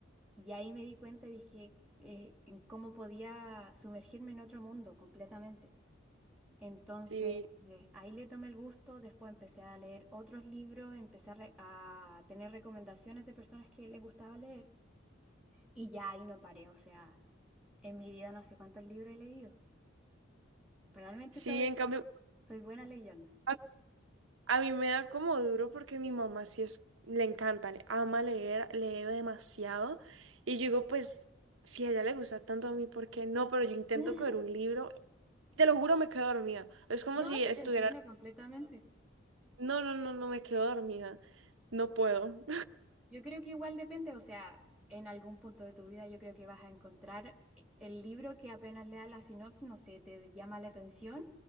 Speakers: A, in the centre; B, on the right.
A: y ahí me di cuenta, y dije, eh, en cómo podía sumergirme en otro mundo completamente. Entonces,
B: Sí,
A: eh, ahí le tomé el gusto, después empecé a leer otros libros, empecé a, re- a tener recomendaciones de personas que les gustaba leer y ya ahí no paré, o sea, en mi vida no sé cuántos libros he leído. Realmente
B: sí,
A: soy,
B: en cambio,
A: soy buena leyenda.
B: a, a mí me da como duro porque mi mamá sí es, le encanta, le ama leer, lee demasiado, y yo digo, pues... Si a ella le gusta tanto a mí, ¿por qué no? Pero yo intento
A: <laughs>
B: coger un libro Te lo juro, me quedo dormida. Es como
A: No,
B: si
A: sí
B: estuviera...
A: te entiendo completamente.
B: No, no, no, no me quedo dormida. No puedo.
A: Yo creo que igual depende, o sea, en algún punto de tu vida yo creo que vas a encontrar e- el libro que apenas lea la sinopsis, no sé, te llama la atención.